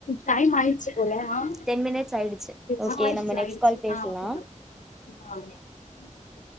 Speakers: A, on the left (about 75°); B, in the centre.
A: டைம் ஆயி ச்சு போல ஆ ம்
B: டென் மினிட்ஸ் ஆயிடுச்சு ஓகே
A: ஆ ஆயிர்ச்சு
B: நம்ம நெக்ஸ்ட்
A: ஆயிர்ச்சு
B: கால் பேசலா
A: ஆ ஓகே மேம் <unintelligible>